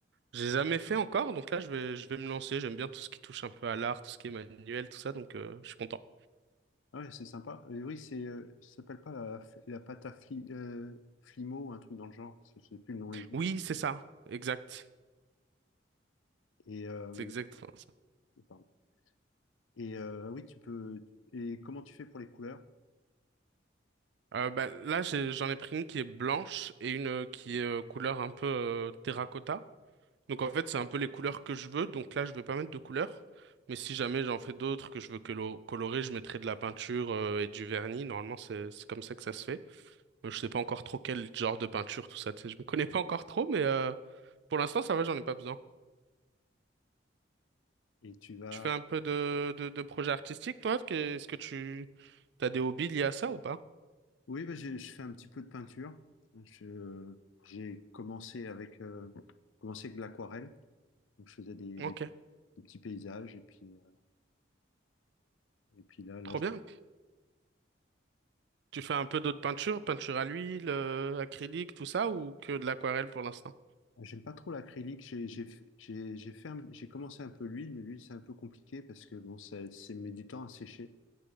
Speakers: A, on the right; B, on the left.
A: J'ai jamais fait encore, donc là je vais, je vais me lancer. J'aime bien tout ce qui touche un peu à l'art, tout ce qui est manuel, tout ça, donc euh, je suis content.
B: Ah ouais, c'est sympa. Et oui, c'est euh, ça s'appelle pas la, f- la pâte à fli- euh, flimo, un truc dans le genre, je sais plus le nom exact.
A: Oui, c'est ça, exact,
B: Et, euh,
A: c'est exactement ça.
B: pardon. Et euh, oui, tu peux... Et comment tu fais pour les couleurs?
A: Euh, bah, là j'ai- j'en ai pris une qui est blanche et une euh, qui est euh, couleur un peu euh, terracotta. Donc en fait, c'est un peu les couleurs que je veux. Donc là, je vais pas mettre de couleurs. Mais si jamais j'en fais d'autres que je veux colo- colorer, je mettrai de la peinture euh, et du vernis. Normalement, c'est c'est comme ça que ça se fait. Euh, Je sais pas encore trop quel genre de peinture, tout ça. Tu sais, je me connais pas encore trop, mais euh, pour l'instant, ça va, j'en ai pas besoin.
B: Et tu vas...
A: Tu fais un peu de, de, de projet artistique, toi? Que- Est-ce que tu as des hobbies liés à ça ou pas?
B: Oui, bah, j'ai- je fais un petit peu de peinture. Je- j'ai commencé avec, euh, commencé avec de l'aquarelle. Donc, je faisais des,
A: Ok,
B: des- des petits paysages. Et puis, euh, et puis là, là,
A: trop
B: je-
A: bien. Tu fais un peu d'autres peintures, peinture à l'huile, euh, acrylique, tout ça, ou que de l'aquarelle pour l'instant?
B: j'aime pas trop l'acrylique. J'ai j'ai f- j'ai- j'ai fait un- j'ai commencé un peu l'huile, mais l'huile, c'est un peu compliqué parce que bon, ça, ça met du temps à sécher.